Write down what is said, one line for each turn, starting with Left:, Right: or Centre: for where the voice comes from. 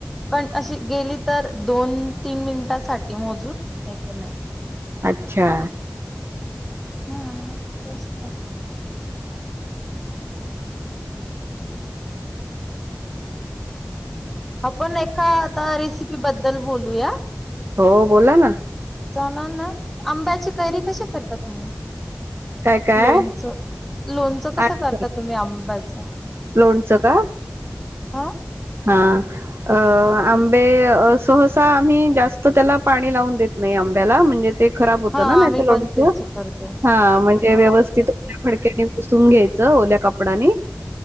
Centre: पण अशी गेली तर दोन तीन मिनिटांसाठी मोजून येत नाही.
Right: आच्छा!
Centre: हा तेच त आपण एका आता रेसिपी बद्दल बोलूया?
Right: हो बोला ना
Centre: जाणार ना आंब्याची कैरी कशी करता तुम्ही?
Right: काय काय
Centre: लोणचं, लोणचं कसं
Right: अच्छा
Centre: करता तुम्ही आंब्याचं?
Right: लोणचं का?
Centre: <inaudible>
Right: हा अ आंबे सहसा, आम्ही जास्त त्याला पाणी लावून देत नाही आ आंब्याला म्हणजे ते खराब होतं
Centre: हा
Right: ना नाही
Centre: आम्ही
Right: त लोणचं,
Centre: पण तेच करतो.
Right: हा म्हणजे
Centre: हा
Right: व्यवस्थित फडक्याने पु सून घ्यायच ओल्या कपडानी,